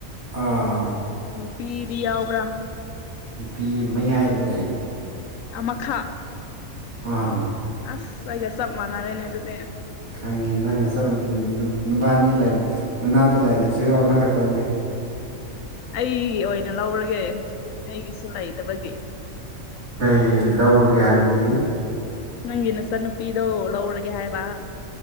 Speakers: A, on the right; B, on the left.
A: ꯑꯥ
B: ꯄꯤꯗꯤ ꯌꯥꯎꯕ꯭ꯔꯥ
A: ꯅꯨꯄꯤ ꯃꯌꯥꯏꯗ ꯂꯩ
B: ꯑꯃꯈꯛ
A: ꯑꯥ
B: ꯑꯁ ꯑꯩꯒꯥ ꯆꯞ ꯃꯅꯥꯔꯦꯅꯦ ꯑꯗꯨꯗꯤ
A: ꯈꯪꯉꯦ ꯅꯪꯒ ꯆꯠ ꯅꯨꯄꯥꯅꯤ ꯅꯨꯅꯥꯇ ꯂꯩꯔꯤꯛꯁꯨ ꯑꯃꯈꯛꯇꯅꯤ
B: ꯑꯩꯒꯤ ꯑꯣꯏꯅ ꯂꯧꯔꯒꯦ ꯑꯩꯒꯤꯁꯨ ꯂꯩꯇꯕꯒꯤ
A: ꯀꯩ ꯂꯧꯔꯒꯦ ꯍꯥꯏꯕꯗꯤ
B: ꯅꯪꯒꯤ ꯅꯁ ꯅꯨꯄꯤꯗꯣ ꯂꯧꯔꯒꯦ ꯍꯥꯏꯕ